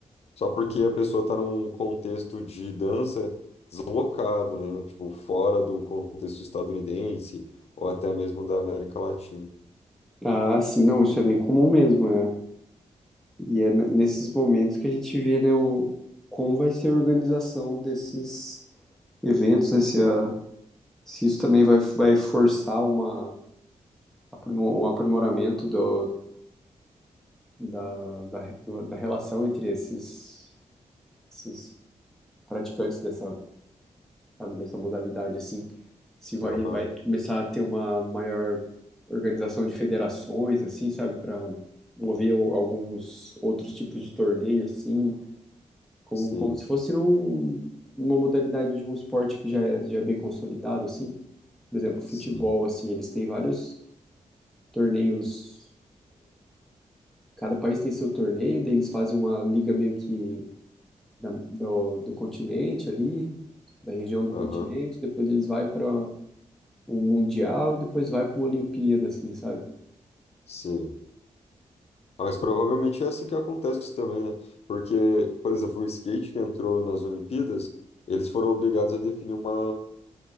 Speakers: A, on the left; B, in the centre.
A: Só porque a pessoa tá num contexto de dança deslocado, né? Tipo, fora do contexto estadunidense ou até mesmo da América Latina.
B: Ah, sim, não, isso é bem comum mesmo. é. E é n- nesses momentos que a gente vê, né, o, como vai ser a organização desses eventos, né, se, a- se isso também vai, vai forçar uma, aprimo- um aprimoramento do, da, da, do- da relação entre esses, esses praticantes dessa, sabe, dessa modalidade, assim, se vai,
A: Aham,
B: vai começar a ter uma maior organização de federações, assim, sabe, para mover o- alguns outros tipos de torneio, assim, Como,
A: Sim,
B: como se fosse num, uma modalidade de um esporte que já é, já é bem consolidado, assim. Por exemplo, futebol,
A: sim,
B: assim, eles têm vários torneios. Cada país tem seu torneio, daí eles fazem uma liga meio que da- do, do continente ali, da região do
A: aham,
B: continente, depois eles vai para o Mundial e depois vai para uma Olimpíada, assim, sabe?
A: sim. Ah, Mas provavelmente é assim que acontece também, né? Porque, por exemplo, o skate que entrou nas Olimpíadas, eles foram obrigados a definir uma,